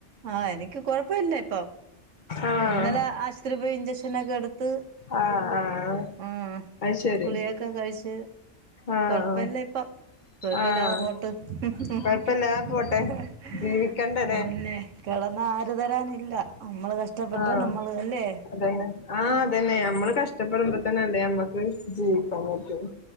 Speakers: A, on the right; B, on the left.
A: ആഹ് എനിക്ക് കൊഴപ്പില്ല ഇപ്പൊ,
B: ആഹ്
A: ഇന്നലെ ആശുപത്രി പോയി ഇഞ്ചക്ഷനൊക്കെ എടുത്ത്
B: ആഹ് ആഹ്
A: ഉം,
B: അത് ശരി
A: ഞാൻ ഗുളികക്കെ കഴിച്ച്
B: ആഹ്
A: കൊഴപ്പല്ലപ്പം കൊഴപ്പില്ലാതെ
B: ആഹ്
A: പോ <unintelligible>
B: കൊഴപ്പല്ലാതെ പോട്ടെ ജീവിക്കണ്ടല്ലേ
A: ന്നേ കെടന്നആര് വരാനില്ല നമ്മള് കഷ്ടപ്പെട്ട
B: ആഹ്
A: നമ്മള് അല്ലേ
B: അതന്നെ ആഹ് അതന്നെ നമ്മള് കഷ്ടപ്പെടുമ്പോ തന്നെല്ലേ അമ്മക്ക് ജീവിക്കാൻ പറ്റൊള്ളൂ